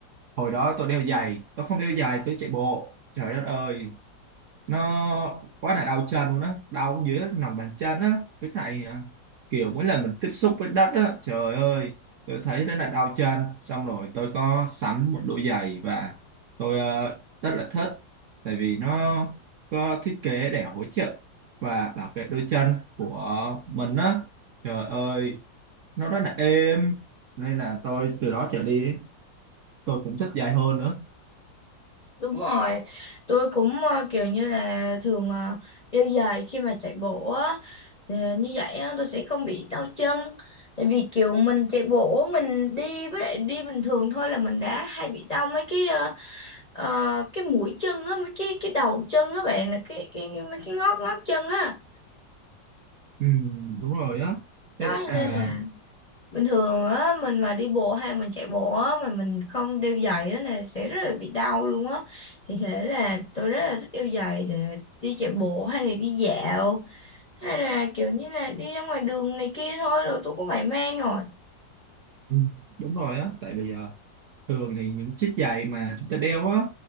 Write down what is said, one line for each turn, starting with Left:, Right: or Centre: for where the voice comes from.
Right: hồi đó tôi đeo giày tôi không đeo giày tôi chạy bộ trời đất ơi nó quá là đau chân luôn á đau dưới lòng bàn chân á với lại à, kiểu mỗi lần mình tiếp xúc với đất á trời ơi tôi thấy rất là đau chân xong rồi tôi có sắm một đôi giày và tôi ờ, rất là thích tại vì nó có thiết kế để hỗ trợ và bảo vệ đôi chân của mình á trời ơi nó rất là êm nên là tôi từ đó trở đi tôi cũng thích giày hơn nữa
Left: Đúng rồi, tôi cũng à, kiểu như là thường à, đeo giày khi mà chạy bộ á, Thì như vậy á, tôi sẽ không bị đau chân. Tại vì kiểu mình chạy bộ mình đi với lại đi bình thường thôi là mình đã hay bị đau mấy cái ờ, ờ, cái mũi chân á, mấy cái cái đầu chân á bạn là cái cái mấy cái ngót ngót chân á.
Right: ừ, đúng rồi á
Left: Đó
Right: thế
Left: cho
Right: là
Left: nên là bình thường á mình mà đi bộ hay mình chạy bộ á mà mình không đeo giày á là sẽ rất là bị đau luôn á thì thế là tôi rất là thích đeo giày để đi chạy bộ hay là đi dạo hay là kiểu như là đi ra ngoài đường này kia thôi rồi tôi cũng phải mang rồi
Right: ừ, đúng rồi á tại vì ờ, Thường thì những chiếc giày mà chúng ta đeo á